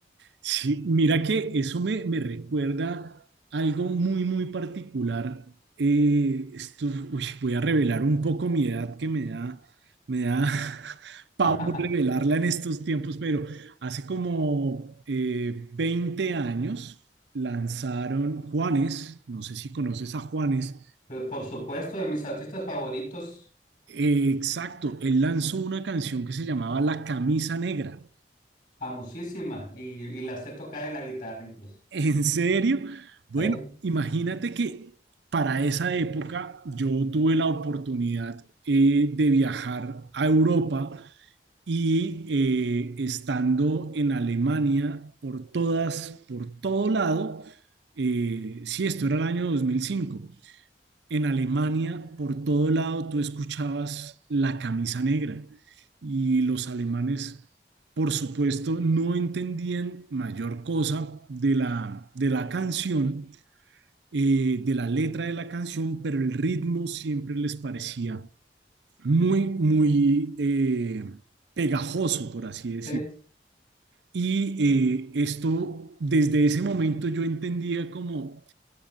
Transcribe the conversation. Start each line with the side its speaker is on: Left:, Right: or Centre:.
Right: Sí, mira que eso me, me recuerda algo muy, muy particular. Eh, esto, uy, voy a revelar un poco mi edad que me da, me da <laughs> pavor
Left: <laughs>
Right: revelarla en estos tiempos, pero hace como eh, 20 años lanzaron Juanes, no sé si conoces a Juanes,
Left: Pero por supuesto, de mis artistas favoritos,
Right: eh, exacto, él lanzó una canción que se llamaba La Camisa Negra.
Left: famosísima, y, y la sé tocar en la guitarra incluso.
Right: ¿En serio? Bueno,
Left: ¿Está bien?
Right: imagínate que para esa época yo tuve la oportunidad eh, de viajar a Europa y eh, estando en Alemania por todas, por todo lado, eh, sí, esto era el año 2005 en Alemania, por todo lado, tú escuchabas la camisa negra y los alemanes, por supuesto, no entendían mayor cosa de la, de la canción, eh, de la letra de la canción, pero el ritmo siempre les parecía muy, muy eh, pegajoso, por así decir.
Left: Sí.
Right: Y eh, esto, desde ese momento yo entendía como